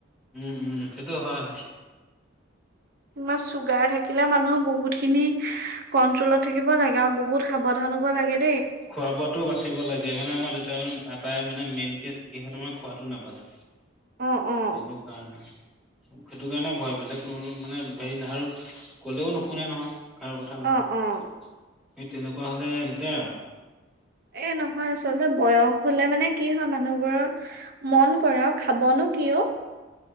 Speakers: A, in the centre; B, on the right.
A: উম উম সেইটো হয়
B: ইমান চুগাৰ থাকিলে মানুহৰ বহুত খিনি কন্ট্ৰলত থাকিব লাগে আৰু বহুত সাৱধান। আনব লাগে <unintelligible>
A: খোৱা বোৱাাতটোও বাচিব লাগে মানে আমাৰ দেউতাই মানে। আটাই মানে মেইন কেে কিহ ত মে খোৱাাতটো নাপাছে।
B: অ', অ',
A: এইেইটো কাৰণে। সেইটো কাৰণে ভয় বেলেগ মানে হেৰি ন আৰু কলেও নুশুনে নহয়। কাৰো কথা নুশুনে
B: অ', অ'।
A: এই তেনেকুৱা হলে দিগদাৰ আৰু
B: এই নহয় আচলতে বয়স হলে মানে কি হয় মানুহবোৰৰ মন কৰে আৰু খাবনো কিয়